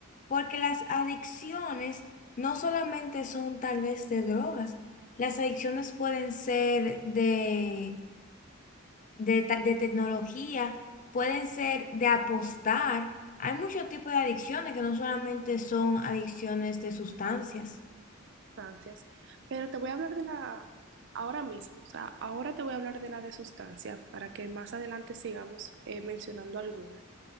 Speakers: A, on the left (about 40°); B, on the right (about 55°).
A: porque las adicciones no solamente son tal vez de drogas, las adicciones pueden ser de, de, ta- de tecnología, pueden ser de apostar. Hay muchos tipos de adicciones que no solamente son adicciones de sustancias.
B: sustancias, pero te voy a hablar de la ahora mismo, o sea, ahora te voy a hablar de la de sustancias para que más adelante sigamos eh, mencionando algunas.